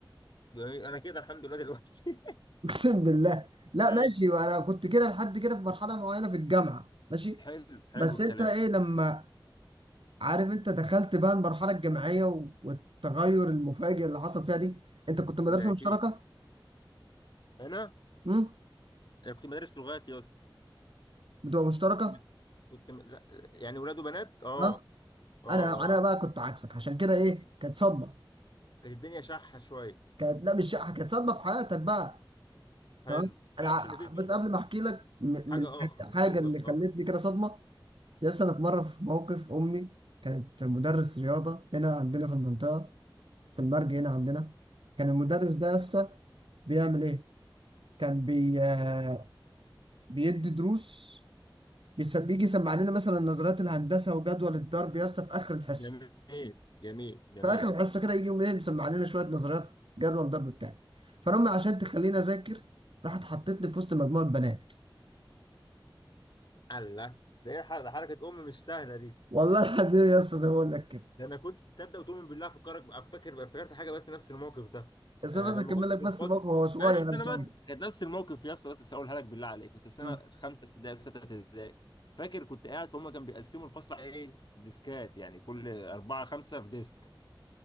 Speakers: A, on the left; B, on the right.
A: جميل انا كده الحمد لله دلوقتي
B: اقسم بالله لا
A: <laughs> ماشي
B: ماشي انا كنت كده لحد كده في مرحله معينه في الجامعه ماشي
A: حلو حلو
B: بس
A: الكلام
B: انت ايه لما عارف انت دخلت بقى المرحله الجامعيه و- والتغير المفاجئ اللي حصل فيها دي انت كنت مدرسه
A: ده اكيد
B: مشتركه
A: انا
B: امم
A: أنا كنت مدرس لغات يا اسطى
B: بتبقى مشتركه
A: كنت كنت لا يعني ولاد وبنات اه
B: اه
A: اه
B: انا انا
A: اه
B: بقى كنت عكسك عشان كده ايه كانت صدمه
A: كانت الدنيا شحة شوية
B: كانت لا مش شقه كانت صدمه في حياتك بقى
A: حلو
B: تمام
A: ما
B: انا
A: اعرفش
B: ع-
A: ان في
B: بس قبل ما احكي لك م-
A: حاجة
B: من حاجه
A: اخر
B: حاجة
A: جنس
B: اللي
A: اخر
B: خلتني كده صدمه يس انا في مره في موقف امي كانت مدرس رياضه هنا عندنا في المنطقه في المرج هنا عندنا كان المدرس ده يا اسطى بيعمل ايه؟ كان بي آه، بيدي دروس بيس- بيجي يسمع لنا مثلا نظريات الهندسه وجدول الضرب يا اسطى في اخر الحصه
A: جميل جميل جميل
B: في اخر الحصه كده يجي يقوم إيه مسمع لنا شويه نظريات جدول الضرب بتاعي فانا أمي عشان تخليني اذاكر راحت حطتني في وسط مجموعه بنات
A: الله ده ايه حركه حركه ام مش سهله دي
B: والله العظيم يا اسطى زي ما بقول لك كده
A: ده انا كنت تصدق وتؤمن بالله افكرك افتكر افتكرت حاجه بس نفس الموقف ده
B: بس
A: آه
B: انا بس
A: لما
B: اكمل
A: كنت
B: لك
A: في
B: بس
A: الفصل
B: الموقف هو صغير
A: ماشي
B: انا
A: سنه
B: مش طويل
A: بس <laughs> كانت نفس الموقف يا اسطى بس هقولها لك بالله عليك كنت في سنه
B: مم.
A: خمسه ابتدائي في سته ابتدائي فاكر كنت قاعد فهم كانوا بيقسموا الفصل على ايه ديسكات يعني كل اربعه خمسه في ديسك